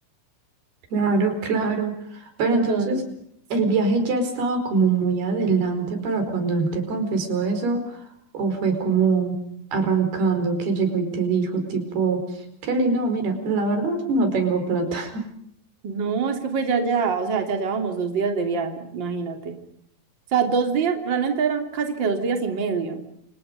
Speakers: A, on the right (about 80°); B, on the right (about 30°).
A: Claro, claro.
B: <laughs>
A: Pero
B: Entonces,
A: entonces,
B: sí.
A: ¿el viaje ya estaba como muy adelante para cuando él te confesó eso? ¿O fue como arrancando que llegó y te dijo tipo, Kelly, no, mira, la verdad no tengo plata.
B: No, es que fue ya, ya, o sea, ya llevamos dos días de viaje, imagínate. O sea, dos días, realmente eran casi que dos días y medio